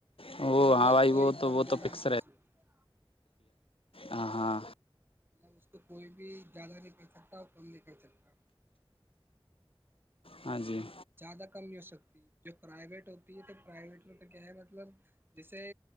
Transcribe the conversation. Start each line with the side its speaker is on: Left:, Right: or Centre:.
Right: اس
Left: وہ
Right: کو مطلب
Left: ہاں بھائی
Right: کوئی
Left: وہ تو
Right: کم
Left: وہ
Right: جیادہ
Left: تو فکس
Right: نہیں کر سکتی
Left: ہ ہاں
Right: مطلب اس کو کوئی بھی زیادہ نہیں کر سکتا اور کم نہیں کر سکتا
Left: ہاں جی
Right: زیادہ کم نہیں ہو سکتی جو پرائیویٹ ہوتی ہے تو پرائیویٹ میں تو کیا ہے مطلب جیسے